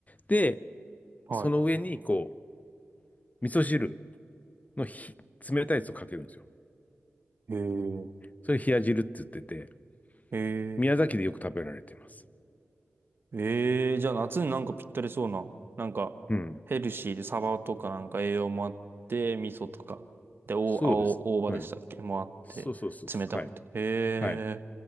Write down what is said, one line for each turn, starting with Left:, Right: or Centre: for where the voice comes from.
Left: で、
Right: はい
Left: その上に、こう、味噌汁のひ冷たいやつをかけるんですよ。
Right: へえ、
Left: それ冷や汁って言ってて、
Right: ええ、
Left: 宮崎でよく食べられています。
Right: ええ、じゃあ夏になんかぴったりそうな、なんかヘルシーでサバとかなんか栄養もあって、
Left: うん。
Right: 味噌とか、で、お、
Left: そうです。
Right: 青、大葉でしたっけもあって、
Left: はい。そうそうそうそう。
Right: 冷たくて。
Left: はい。
Right: へえ。
Left: はい。